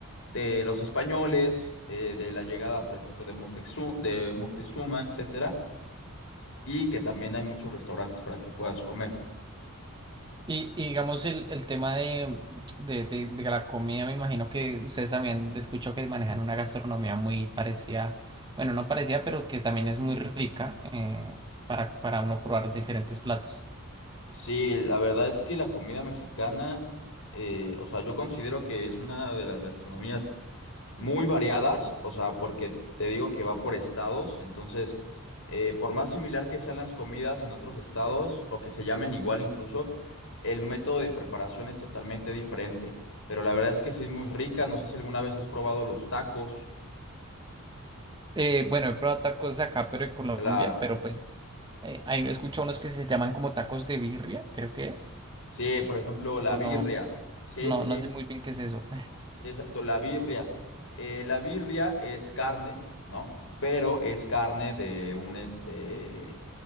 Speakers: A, on the left (about 65°); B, on the right (about 20°).
A: de los españoles, eh, de la llegada, por ejemplo, de Moctezuma, de Moctezuma, etcétera, y que también hay muchos restaurantes para que puedas comer.
B: Y, y digamos el, el tema de, de, de- de la comida, me imagino que ustedes también escucho que manejan una gastronomía muy parecida, bueno, no parecida, pero que también es muy rica eh, para, para uno probar diferentes platos.
A: Sí, la verdad es que la comida mexicana, eh, o sea, yo considero que es una de las gastronomías Muy variadas, o sea, porque te digo que va por estados, entonces, eh, por más similar que sean las comidas en otros estados o que se llamen igual incluso, el método de preparación es totalmente diferente. Pero la verdad es que sí es muy rica, no sé si alguna vez has probado los tacos.
B: Eh, bueno, he probado tacos acá, pero en Colombia,
A: Claro,
B: pero pues eh, ahí escucho unos que se llaman como tacos de birria, creo que es.
A: sí, por ejemplo,
B: Pero
A: la birria.
B: no, no,
A: Sí,
B: no
A: sí, sí,
B: no sé muy bien qué es eso.
A: exacto, la birria. Eh, la birria es carne, ¿no? Pero es carne de un este